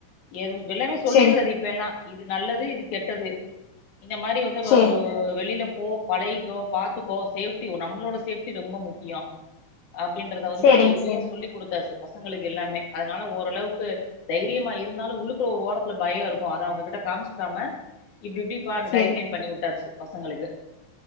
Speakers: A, on the left; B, on the left.
A: எது எல்லாமே சொல்லிறது
B: செரி
A: இப்பெல்லா இது நல்லது இது கெட்டது இந்த மாரி வந்து வ
B: செரி
A: வ வ வெளில போ பழகிக்கோ பாத்துக்கோ சேஃப்டி ஒ நம்மளோட சேஃப் டி ரொம்ப முக்கியோ அப்டின்றத வந்து
B: செரிங்
A: இப்பயே
B: செரிங்
A: சொல்லி குடுத்தாச்சு பசங்களுக்கு எல்லாமே அதனால ஓரளவுக் கு தைரியமா இருந்தாலு உள்ளுக்குள்ள ஒரு ஓரத்துல பயோ இருக்கு அத அவங்ககிட்ட காம்ச்சிக்காம இப்டி இப்டி பார்ன்
B: செரி
A: கைட்லைன் பண்ணி வுட்டாச்சு பசங்களுக்கு